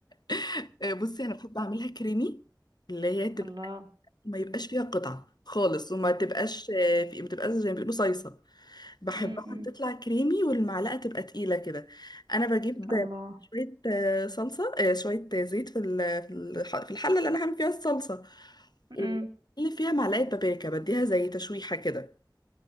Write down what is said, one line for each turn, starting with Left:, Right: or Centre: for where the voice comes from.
Left: <laughs> آه، بصي انا بحب اعملها كريمي اللي هي تبقى
Right: الله
Left: ما يبقاش فيها قطع خالص وما تبقاش آه، في ما تبقاش زي ما بيقولوا صيصه بحبها
Right: مم. مم.
Left: تطلع كريمي والمعلقه تبقى تقيله كده انا بجيب
Right: الله
Left: شويه آه، صلصه آه، شويه زيت في ال- في الح- في الحله اللي انا هعمل فيها الصلصه واللي
Right: امم
Left: فيها معلقه بابريكا بديها زي تشويحه كده